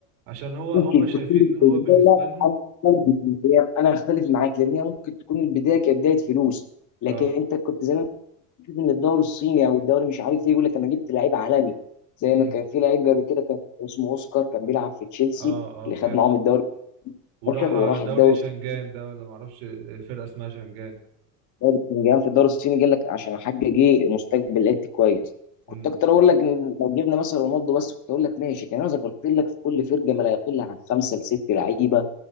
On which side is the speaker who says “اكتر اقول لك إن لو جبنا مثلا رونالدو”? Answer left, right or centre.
Left